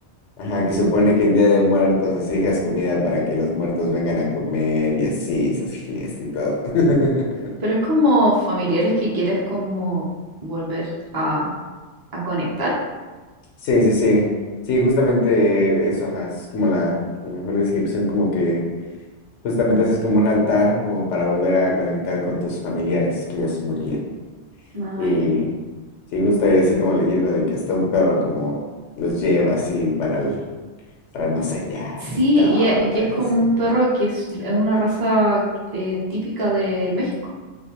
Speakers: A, on the left; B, on the right.
A: ajá, que supone que en Día de Muertos así dejas comida para que los muertos vengan a comer y así, se hace fiesta y todo. <laughs>
B: Pero es como familiares que quieres como volver a, a conectar.
A: Sí, sí, sí. Sí, justamente eso, ajá, es como la, la mejor descripción, como que Justamente haces como un altar, como para volver a conectar con tus familiares que ya se murieron.
B: Ah,
A: Y
B: ya.
A: sí, justo hay así como leyenda de que hasta un perro como los lleva así para el, para el más allá
B: Sí,
A: y todo.
B: y e- y es, como
A: eso.
B: un perro que es, es una raza eh, típica de México.